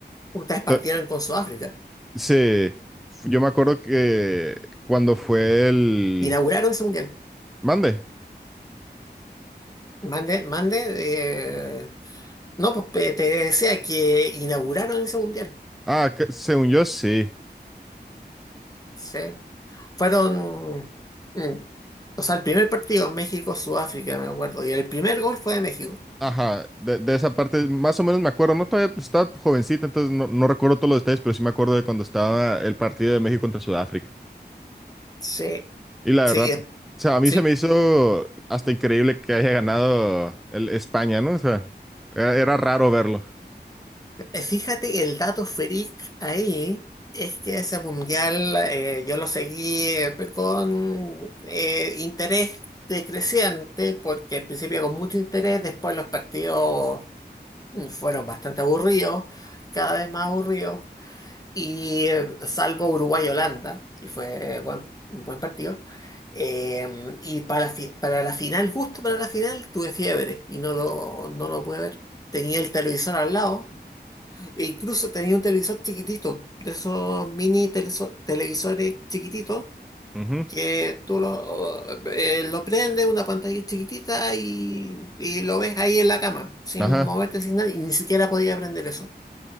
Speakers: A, on the left; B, in the centre.
A: ustedes partieron
B: To-
A: con Sudáfrica.
B: sí, yo me acuerdo que cuando fue el...
A: Inauguraron ese mundial.
B: Mande.
A: Mande, mande. eh, No, pues pe- te decía que inauguraron ese mundial.
B: Ah, que- según yo sí.
A: Sí. Fueron. mm, o sea, el primer partido, México-Sudáfrica, me acuerdo. Y el primer gol fue de México.
B: Ajá, de, de esa parte más o menos me acuerdo, no todavía pues, estaba jovencita, entonces no, no recuerdo todos los detalles, pero sí me acuerdo de cuando estaba el partido de México contra Sudáfrica.
A: Sí.
B: Y la
A: Sí,
B: verdad,
A: eh,
B: o sea, a mí
A: sí.
B: se me hizo hasta increíble que haya ganado el España, ¿no? O sea, era, era raro verlo.
A: Eh, Fíjate que el dato freak ahí es que ese mundial eh, yo lo seguí eh, con eh, interés decreciente, porque al principio con mucho interés, después los partidos mm, fueron bastante aburridos, cada vez más aburridos. Y eh, salvo Uruguay-Holanda, que fue buen- un buen partido. Eh, y para la, fi- para la final, justo para la final, tuve fiebre y no lo, no lo pude ver. Tenía el televisor al lado, e incluso tenía un televisor chiquitito, de esos mini teleso- televisores chiquititos,
B: Ujú,
A: que tú lo, eh, lo prendes, una pantalla chiquitita y, y lo ves ahí en la cama, sin
B: Ajá,
A: moverte, sin nada, y ni siquiera podía prender eso.